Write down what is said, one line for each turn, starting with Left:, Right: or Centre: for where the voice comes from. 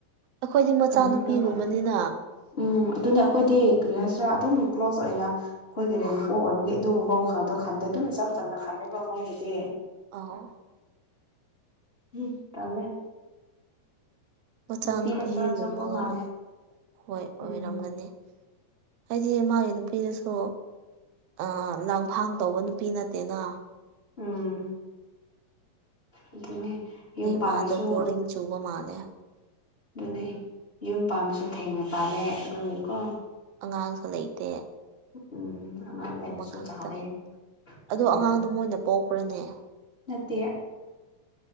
Right: ꯑꯈꯣꯏꯗꯤ ꯃꯆꯥꯅꯨꯄꯤꯒꯨꯝꯕꯅꯤꯅ
Left: ꯍꯟꯅꯨꯔꯒ ꯎꯝ ꯑꯗꯨꯅꯦ ꯑꯈꯣꯏꯗꯤ ꯀꯔꯤ ꯍꯥꯏꯁꯤꯔꯥ ꯑꯗꯨꯝ ꯀ꯭ꯂꯣꯖ ꯑꯣꯏꯅ ꯑꯈꯣꯏꯒꯤ ꯔꯦꯟ ꯃꯄꯨ ꯑꯣꯏꯕꯒꯤ ꯑꯗꯨꯒꯨꯝꯕ ꯈꯜꯗꯣ ꯈꯟꯗꯦ ꯑꯗꯨꯝ ꯏꯆꯝ ꯆꯝꯅ ꯈꯂꯦꯕ ꯃꯣꯏꯒꯤꯗꯤ
Right: ꯑꯥꯎ
Left: ꯍꯝ ꯇꯜꯂꯦ
Right: ꯃꯆꯥꯥꯅꯨꯄꯤꯒꯨꯝꯕꯒ
Left: ꯅꯨꯄꯤꯗ ꯈꯔ ꯆꯣꯞꯄ ꯃꯥꯜꯂꯦ
Right: ꯑꯦ ꯍꯣꯏ
Left: ꯎꯝ
Right: ꯑꯣꯏꯔꯝꯒꯅꯤ ꯍꯥꯏꯗꯤ ꯃꯥꯒꯤ ꯅꯨꯄꯤꯗꯨꯁꯨ ꯑ ꯂꯥꯡꯐꯥꯡ ꯇꯧꯕ ꯅꯨꯄꯤ ꯅꯠꯇꯦꯅ
Left: ꯎꯝ ꯑꯗꯨꯅꯦ ꯌꯨꯝ ꯄꯥꯟꯕꯁꯨ
Right: ꯃꯥꯗꯣ ꯕꯣꯔꯤꯡ ꯆꯨꯕ ꯃꯥꯜꯂꯦ
Left: ꯑꯗꯨꯅꯦ ꯌꯨꯝ ꯄꯥꯝꯕꯁꯨ ꯊꯦꯡꯅ ꯄꯥꯜꯂꯦ ꯑꯗꯨꯒꯤꯀꯣ
Right: ꯑꯉꯥꯡꯁꯨ ꯂꯩꯇꯦ
Left: ꯎꯝ ꯂꯥꯏꯕꯁꯨ
Right: ꯑꯃꯈꯛꯇ
Left: ꯆꯥꯎꯔꯦ
Right: ꯑꯗꯣ
Left: ꯎꯝ
Right: ꯑꯉꯥꯡꯗꯣ ꯃꯣꯏꯅ ꯄꯣꯛꯄ꯭ꯔꯅꯦ
Left: ꯅꯠꯇꯦ